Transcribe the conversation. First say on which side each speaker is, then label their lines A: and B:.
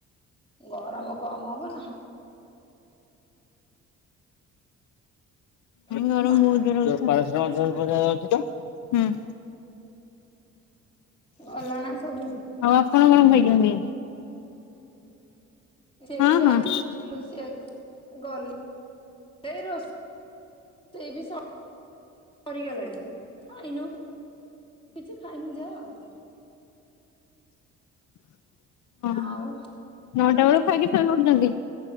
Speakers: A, on the left; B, on the left.
A: ଗରମ କମ ହବ ନା। ନା
B: ଗରମ ବୋହୁତ ଜୋର ହୋଉଚି ତ ହୁଁ ।
A: ଭଲ
B: <inaudible>
A: ନା ସବୁ
B: ଆଉ ଆପଣ କଣ ଖାଇଛନ୍ତି?
A: ସେଇଦ
B: ହଁ ହଁ।
A: ଆମେ ଉଠିଲୁ ସେ ଗଲେ ସେଇ ରୋଷେ ରୋଷେଇ ବି ସରି ସରିଗଲାଣି ଖାଇନୁ କିଛି ଖାଇମି ଯାହା ଆଉ।
B: <inaudible> ହଁ ନ
A: ଆଉ
B: କେତେବେଳକୁ ଖାଇକି ଶୋଇ ପଡୁଚନ୍ତି?